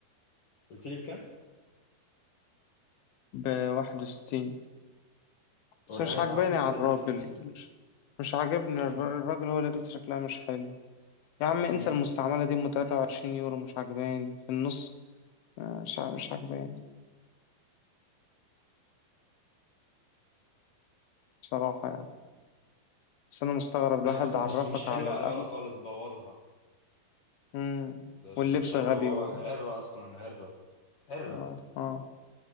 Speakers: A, on the left (about 50°); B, on the left (about 75°).
A: قلت لي بكام؟
B: بواحد وستين
A: وراني
B: بس مش عاجباني
A: بعت لي
B: على
A: كده
B: الراجل
A: لينك لو سمحت
B: مش مش عاجبني
A: مم.
B: الر- الراجل هو اللي بيت شكلها مش حلو يا عم انسى
A: مم.
B: المستعملة دي ام 23 يورو مش عجباني في النص آه، مش ع- مش عجباني بصراحة يعني بس انا مستغرب الواحد
A: لا بس بس
B: عرفك
A: مش حلوة
B: على
A: على
B: أب...
A: الولا خالص بوظها
B: مم.
A: ده
B: واللبس
A: ش- شكله
B: غبي
A: هو
B: و...
A: عرة أصلا عرة عرة
B: اه اه